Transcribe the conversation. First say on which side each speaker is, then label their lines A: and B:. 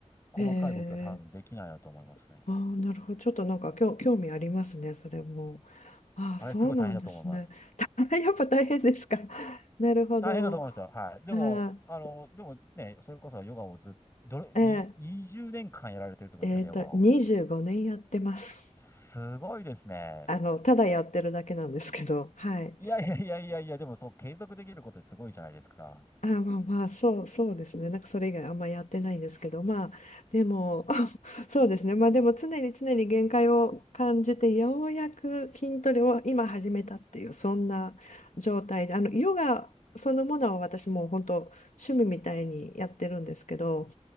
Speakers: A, on the left; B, on the left.
A: 細かい動きは多分できないなと思いますね。
B: へえ。ああ、なるほど。ちょっとなんか興興味ありますね、それも。ああ、
A: あれすごい大変だと思います。
B: そうなんですね。<laughs> やっぱ大変ですか。<laughs> なるほど。
A: 大変だと思いますよ。はい。でも、
B: ああ、
A: あの、でもね、それこそヨガをずっと、どれ、に20年間やられてるってことですよね、
B: えええーと、
A: ヨガを。
B: 25年やってます。
A: すごいですね。
B: あの、ただやってるだけなんですけど、はい。
A: いやいやいやいやいや、でもそう継続できることってすごいじゃないですか。
B: あ、まあまあ、そう、そうですね。なんかそれ以外あんまやってないんですけど、まあ、でも、<laughs> そうですね。まあでも常に常に限界を感じて、ようやく筋トレを今始めたっていう、そんな状態で、あの、ヨガそのものは私もう本当趣味みたいにやってるんですけど、